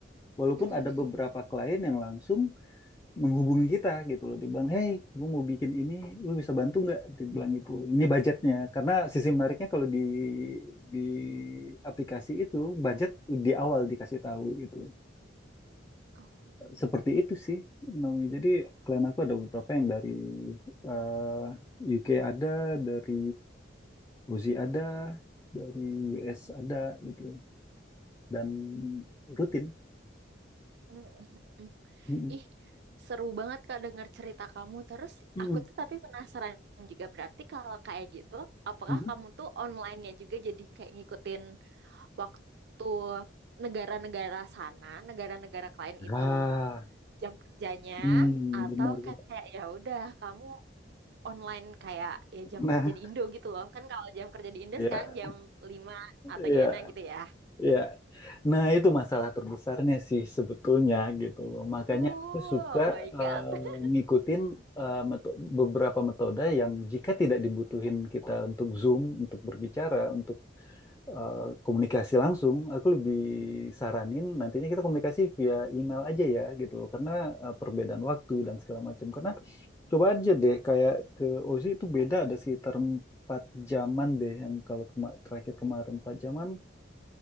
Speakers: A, on the left; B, on the right.
A: Walaupun
B: Mm-mm.
A: ada beberapa klien yang langsung menghubungi kita gitu loh dibilang hey gue mau bikin ini lu bisa bantu nggak dibilang itu ini budgetnya karena sisi menariknya kalau di di aplikasi itu budget di awal dikasih tahu gitu
B: Oh.
A: seperti itu sih Naomi jadi klien aku ada beberapa yang dari eh, UK ada dari Uzi ada dari US ada gitu dan rutin
B: Mm-mm.
A: Mm-mm.
B: Ih, seru banget Kak denger cerita kamu. Terus
A: Mm-mm.
B: aku tuh tapi penasaran juga berarti kalau kayak gitu, apakah
A: Mhm.
B: kamu tuh online-nya juga jadi kayak ngikutin waktu negara-negara sana, negara-negara klien itu
A: Ah,
B: jam kerjanya
A: Hmm,
B: atau
A: benar. benar.
B: kayak ya udah kamu online kayak ya jam
A: Nah,
B: kerja di Indo gitu loh. Kan kalau jam kerja di Indo
A: ya,
B: sekarang jam lima atau
A: ya.
B: gimana gitu ya.
A: Ya, nah itu masalah terbesarnya sih sebetulnya gitu loh. Makanya
B: Oh
A: aku suka
B: my God.
A: eh,
B: <laughs>
A: ngikutin eh, meto- beberapa metode yang jika tidak dibutuhin kita untuk Zoom, untuk berbicara, untuk eh, komunikasi langsung, aku lebih saranin nantinya kita komunikasi via email aja ya gitu loh. Karena eh, perbedaan waktu dan segala macam. Karena coba aja deh kayak ke Ozi itu beda ada sekitar empat jaman deh yang kalau kema- terakhir kemarin empat jaman